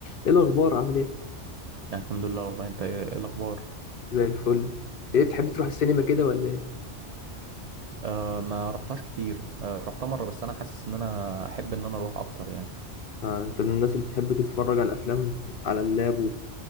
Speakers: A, on the left (about 60°); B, on the right (about 80°).
A: ايه الاخبار عامل ايه
B: الحمد لله والله انت ايه ايه الاخبار
A: زي الفل ايه تحب تروح السينما كده ولا ايه
B: آه ما رحتهاش كتير آه رحتها مره بس انا حاسس ان انا احب ان انا اروح اكتر يعني
A: آه انت من الناس اللي بتحب تتفرج على الافلام على اللاب